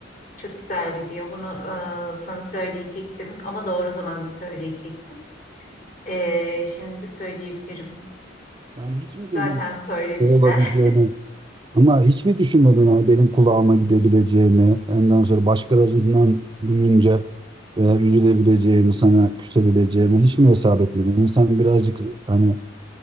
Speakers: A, on the left; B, on the right.
A: Çok güzel gidiyor. Bunu e, sana söyleyecektim ama doğru zamanda söyleyecektim. E, şimdi söyleyebilirim.
B: Yani hiç mi benim
A: Zaten söylemişler.
B: olabileceğini
A: <laughs>
B: ama hiç mi düşünmedin yani benim kulağıma gidebileceğimi, ondan sonra başkalarından duyunca e, üzülebileceğimi, sana küsebileceğimi hiç mi hesap etmedin? İnsan birazcık hani